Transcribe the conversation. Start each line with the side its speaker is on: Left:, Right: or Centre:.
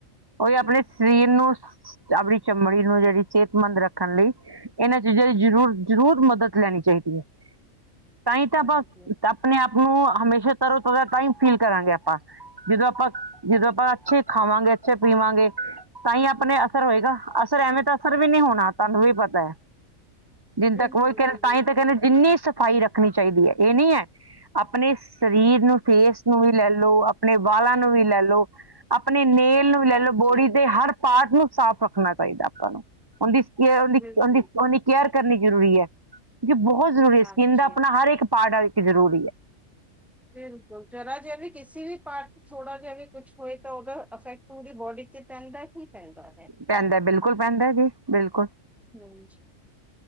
Right: ਉਹੀ ਆਪਣੇ ਸਰੀਰ
Centre: ਹੂੰ,
Right: ਨੂੰ ਆਪਣੀ ਚਮੜੀ ਨੂੰ ਜਿਹੜੀ ਸਿਹਤਮੰਦ ਰੱਖਣ ਲਈ ਇਹਨਾਂ ਚੀਜ਼ਾਂ ਦੀ ਜ਼ਰੂਰ-ਜ਼ਰੂਰ ਮਦਦ ਲੈਣੀ ਚਾਹੀਦੀ ਏ। ਤਾਂ ਹੀ ਤਾਂ
Centre: ਹਾਂਜੀ
Right: ਆਪਾਂ, ਆਪਣੇ ਆਪ ਨੂੰ ਹਮੇਸ਼ਾ ਤਰੋ-ਤਾਰ੍ਹਾਂ, ਤਾਂ ਹੀ ਫੀਲ ਕਰਾਂਗੇ ਆਪਾਂ। ਜਦੋਂ ਆਪਾ, ਜਦੋ ਆਪਾ, ਅੱਛੇ ਖਾਵਾਂਗੇ, ਅੱਛੇ ਪੀਵਾਂਗੇ, ਤਾਂ ਹੀ ਆਪਣੇ ਅਸਰ ਹੋਏਗਾ। ਅਸਰ
Centre: ਹੂੰ,
Right: ਐਵੇਂ ਤਾਂ ਅਸਰ ਵੀ ਨਹੀਂ ਹੋਣਾ ਤੁਹਾਨੂੰ ਵੀ ਪਤਾ ਹੈ। ਜਿੰਨ
Centre: ਬਿਲਕੁਲ
Right: ਤੱਕ ਉਹੀ ਕਹਿੰਦੇ
Centre: ਜੀ ਬਿਲਕੁਲ
Right: ਤਾਂ ਹੀ ਤੱਕ ਕਹਿੰਦੇ ਜਿੰਨੀ ਸਫਾਈ ਰੱਖਣੀ ਚਾਹੀਦੀ ਹੈ। ਇਹ ਨਹੀਂ ਹੈ ਆਪਣੇ ਸਰੀਰ ਨੂੰ ਫੇਸ ਨੂੰ ਵੀ ਲੈ ਲਓ। ਆਪਣੇ ਵਾਲਾਂ ਨੂੰ ਵੀ ਲੈ ਲਓ। ਆਪਣੇ ਨੇਲ ਨੂੰ ਵੀ
Centre: ਹਾਂਜੀ
Right: ਲੈ ਲਓ ਬੋਡੀ ਦੇ ਹਰ ਪਾਾਰਟ ਨੂੰ ਸਾਫ਼ ਰੱਖਣਾ ਚਾਹੀਦਾ ਆਪਾਂ ਨੂੰ, ਉਂਹਦੀ,
Centre: ਬਿਲਕੁਲ
Right: ਉਂਹਦੀ
Centre: ਜੀ
Right: ਉਂਹਦੀ ਕੇਅਰ ਕਰਨੀ ਜ਼ਰੂਰੀ ਏ। ਕੀ ਬਹੁਤ ਜ਼ਰੂਰੀ ਏ,
Centre: ਹਾਂਜੀ
Right: ਸਕਿੰਨ ਦਾ ਆਪਣਾ ਹਰ ਇੱਕ ਪਾਰਟ ਇੱਕ ਜਰੂਰੀ ਹੈ।
Centre: ਬਿਲਕੁਲ ਜਰਾ ਜੇ ਵੀ, ਕਿਸੇ ਵੀ ਪਾਰਟ ਥੋੜਾ ਜਿਹਾ ਵੀ ਕੁਛ ਹੋਏ ਤਾਂ ਓਹਦਾ ਅਫੇਕਟ, ਪੂਰੀ ਬੋਡੀ ਤੇ ਪੈਂਦਾ ਹੀ ਪੈਂਦਾ। ਹੈ
Right: ਪੈਂਦਾ। ਬਿਲਕੁਲ ਪੈਂਦਾ ਜੀ, ਬਿਲਕੁਲ।
Centre: ਹਾਂਜੀ,